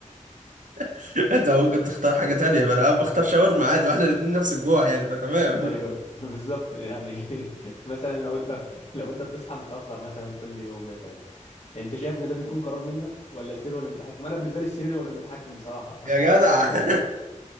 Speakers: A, on the right; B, on the left.
A: <laughs> انت ممكن تختار حاجة
B: <laughs>
A: تانية فانا بختار شاورما عادي واحنا الاتنين نفس الجوع يعني فتمام
B: ايوه
A: <laughs>
B: <laughs> بالظبط يعني <laughs> مثلا لو انت لو انت بتصحى متاخر مثلا كل يوم مثلا انت شايف ان ده بيكون قرار منك ولا السرير ولا المتحكم انا بالنسبه لي السرير ولا المتحكم بصراحه
A: يا جدع <laughs>